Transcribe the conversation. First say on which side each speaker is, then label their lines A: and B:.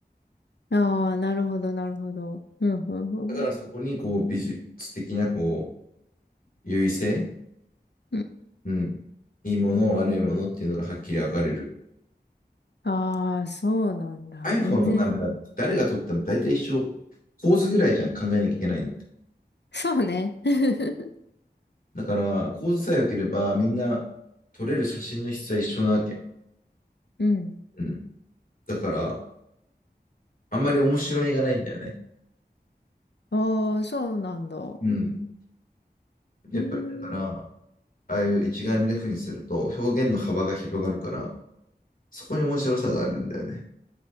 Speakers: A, on the left (about 80°); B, on the left (about 55°).
A: ああ、なるほど、なるほど。うん、うん、
B: だからそこにこう美術的なこう
A: うん。
B: 優位性、
A: うん。
B: うん、いいもの、悪いものっていうのがはっきり分かれる。
A: ああ、そうなんだ。
B: iPhone
A: 全然。
B: のカメラって誰が撮っても大体一緒、構図ぐらいじゃん、考えなきゃいけないのって。
A: そうね。<laughs>
B: だから構図さえ良ければみんな撮れる写真の質は一緒なわけ。
A: うん。
B: うん、だからあんまり面白みがないんだよね。
A: ああ、そうなんだ。
B: うん、やっぱりだから、
A: ええ
B: ああいう一眼レフにすると表現の幅が広がるから、そこに面白さがあるんだよね。